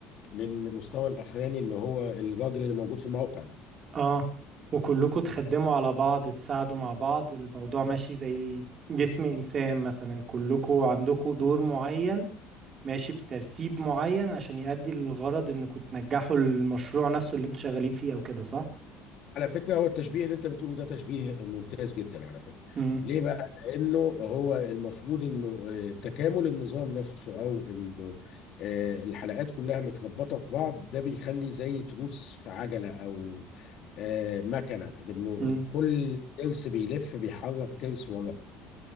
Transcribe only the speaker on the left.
للمستوى الاخراني اللي هو الراجل اللي موجود في الموقع
على فكرة هو التشبيه اللي انت بتقوله ده تشبيه ممتاز جدا على فكرة
ليه بقى لانه هو المفروض انه آه، تكامل النظام نفسه او انه آه، الحلقات كلها متربطة في بعض ده بيخلي زي تروس في عجلة او آه، مكنة انه
كل ترس بيلف بيحرك ترس وراه